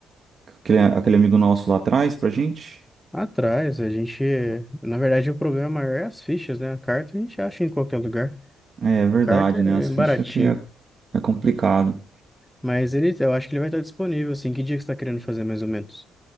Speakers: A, on the right; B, in the centre.
A: aquele, aquele amigo nosso lá traz pra gente?
B: Atrás, a gente. Na verdade, o problema maior é as fichas, né? A carta a gente acha em qualquer lugar.
A: É é verdade,
B: Carta é
A: né? As
B: baratinho.
A: fichas que é, é complicado.
B: Mas ele, eu acho que ele vai estar disponível, assim. Que dia que você está querendo fazer, mais ou menos?